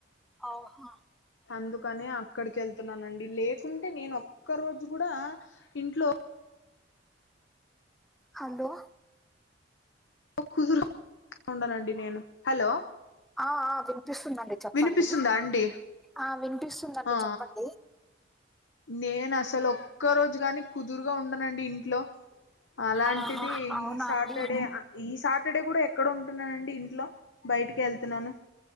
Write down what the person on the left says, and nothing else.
అందుకని అక్కడికి వెళ్తున్నానండి లేకుంటే నేను ఒక్క రోజు కూడా ఇంట్లో
కుదురు ఉన్నానండి నేను హలో
వినిపిస్తుందా అండి
ఆ
నేను అసలు ఒక్క రోజు గాని కుదురుగా ఉండనండి ఇంట్లో. అలాంటిది
ఈ సాటర్డే
అ ఈ సాటర్డే కూడా ఎక్కడుంటున్నానండి ఇంట్లో బయటికే వెళ్తున్నాను.